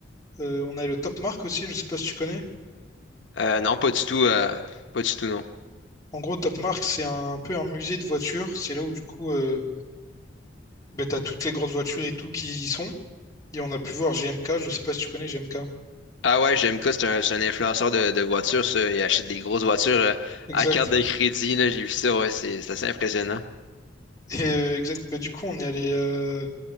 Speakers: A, on the left; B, on the left.
A: Euh, on a le Top Mark aussi, je sais pas si tu connais.
B: Euh, non, pas du tout. euh, pas du tout, non.
A: En gros, Top Mark, c'est un, un peu un musée de voitures. C'est là où, du coup, euh, bah, t'as toutes les grosses voitures et tout qui y sont. Et on a pu voir GMK, je sais pas si tu connais GMK.
B: Ah ouais, Jamka, c'est un, c'est un influenceur de, de voitures, ça. Il achète des grosses voitures euh,
A: Exact.
B: à carte de crédit, là. J'ai vu ça, ouais, c'est c'est assez impressionnant.
A: Et euh, exact, bah, du coup, on est allé, euh,